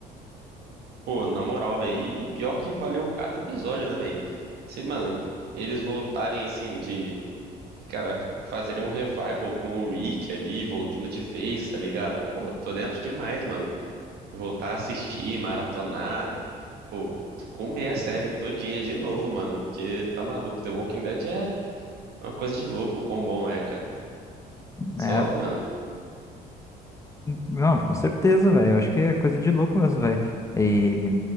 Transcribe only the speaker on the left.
É,
não, com certeza, velho. Eu acho que é coisa de louco mesmo, velho. E,